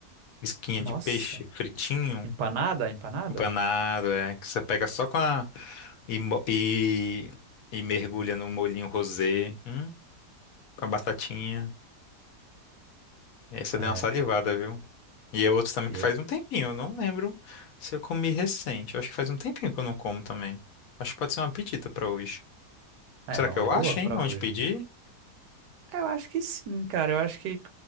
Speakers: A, on the left; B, on the right.
A: isquinha
B: Nossa,
A: de peixe, fritinho.
B: empanada, empanada?
A: Empanado, é. Que você pega só com a. E, mo- e, e mergulha no molhinho rosé. Hum, com a batatinha. Essa
B: É,
A: deu uma salivada,
B: cara.
A: viu? E é outro também
B: Eu-
A: que faz um tempinho. Eu não lembro se eu comi recente. Eu acho que faz um tempinho que eu não como também. Acho que pode ser uma pedida pra hoje.
B: É
A: Será
B: uma
A: que eu
B: boa
A: acho,
B: pra
A: hein? Onde
B: hoje.
A: pedir?
B: Eu acho que sim, cara. Eu acho que,